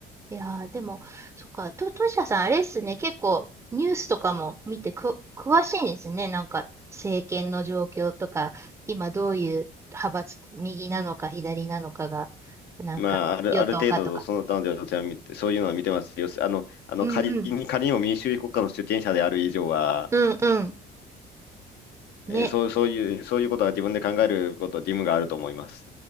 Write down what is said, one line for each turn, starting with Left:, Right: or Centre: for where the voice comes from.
Right: いやー、でも、そっか、と、としやさん、あれっすね、結構、ニュースとかも見てく、詳しいんですね。なんか、政権の状況とか、今どういう派閥、右なのか左なのかが、なんか、
Left: まあ、ある、
Right: 与党かとか。
Left: ある程度、その他の領地は見て、そういうのは見てます。よし、あの、あの仮に、
Right: うんうん。
Left: 仮にも民主主義国家の主権者である以上は、
Right: うんうん。ね。
Left: えーそう、そういう、そういうことは自分で考えること、義務があると思います。